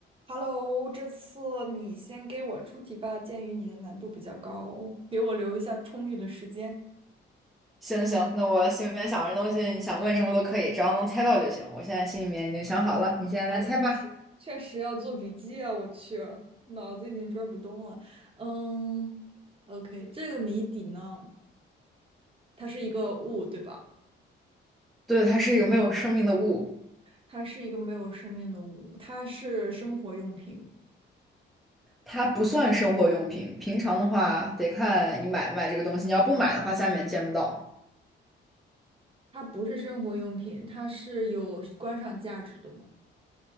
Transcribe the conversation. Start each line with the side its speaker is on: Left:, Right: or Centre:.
Right: Hello，这次你先给我出题吧，鉴于你的难度比较高，给我留一下充裕的时间。
Centre: 行行，那我心里面想着东西，你想问什么都可以，只要能猜到就行。我现在心里面已经想好了，你现在来猜吧。
Right: 啊，确实，确实要做笔记啊！我去，脑子已经转不动了。嗯，OK，这个谜底呢，它是一个物，对吧？
Centre: 对，它是一个没有生命的物，
Right: 它是一个没有生命的物，它是生活用品吗
Centre: 它不算生活用品。平常的话，得看你买不买这个东西。你要不买的话，下面见不到。
Right: 它不是生活用品，它是有观赏价值的吗